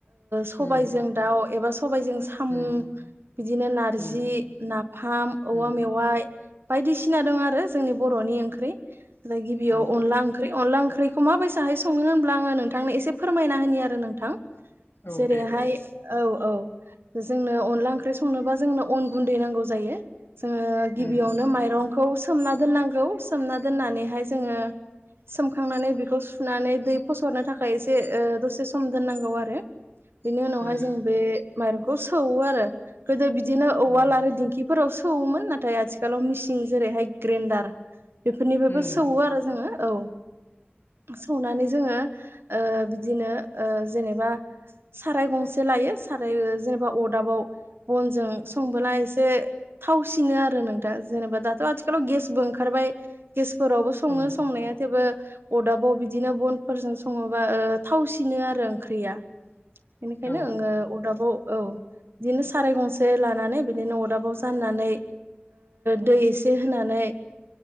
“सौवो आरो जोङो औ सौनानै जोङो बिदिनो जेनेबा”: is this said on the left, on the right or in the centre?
Right